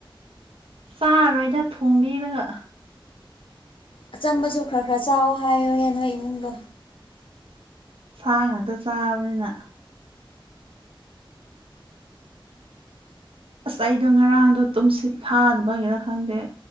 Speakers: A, on the right; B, on the left.
A: ꯆꯥꯔꯣꯏꯗ ꯊꯣꯡꯕꯤꯔꯒ
B: ꯑꯆꯝꯕꯁꯨ ꯈꯔ ꯈꯔ ꯆꯥꯎ ꯍꯥꯏꯌꯣꯍꯦ ꯅꯣꯏ ꯏꯃꯨꯡꯗꯣ꯫
A: ꯁꯥ ꯉꯥꯛꯇ ꯆꯥꯕꯅꯤꯅ ꯑꯁ ꯑꯩꯗꯣ ꯉꯔꯥꯡꯗꯣ ꯇꯨꯝꯁꯤꯠ ꯐꯥꯗꯕꯒꯤꯔ ꯈꯪꯗꯦ